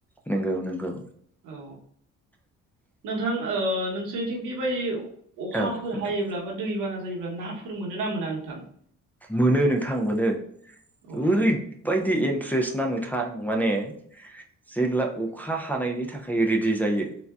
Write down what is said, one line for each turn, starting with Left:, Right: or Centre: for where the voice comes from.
Centre: नोंगौ नंगौ
Right: औ नोंथां नोंसोरनिथिं बेबायदि अखाफोर
Centre: औ नोंथां
Right: हायोब्ला बा दैबाना जायोब्ला नाफोर मोनोना मोना नोंथां
Centre: मोनो नोंथां मोनो
Right: औ
Centre: ओर बायदि इन्ट्रेस्ट ना नोंथां माने जेब्ला अखा हानायनि थाखाय रेडि जायो।